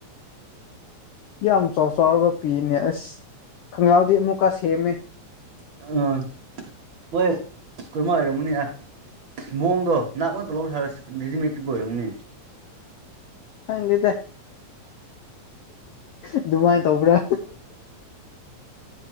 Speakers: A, on the left; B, on the right.
A: ꯌꯥꯝ ꯆꯥꯎ ꯆꯥꯎꯔꯒꯞ ꯄꯤꯕꯅꯦ ꯑꯁ ꯈꯪꯅꯥꯎꯗꯤ ꯑꯃꯨꯛꯀ ꯁꯦꯝꯃꯦ
B: ꯑ ꯃꯣꯏ ꯁꯀꯨꯜꯃ ꯍꯥꯏꯔꯝꯨꯅꯤ ꯌꯥ ꯃꯑꯣꯡꯗꯣ ꯅꯥꯛ ꯉꯛꯇ ꯂꯧꯕ ꯁꯥꯔꯒ ꯔꯦꯗꯤꯃꯦꯗ ꯄꯤꯕ ꯑꯣꯏꯔꯝꯅꯦ
A: ꯈꯪꯗꯦꯗ ꯑꯗꯨꯃꯥꯏꯅ ꯇꯧꯕ꯭ꯔꯥ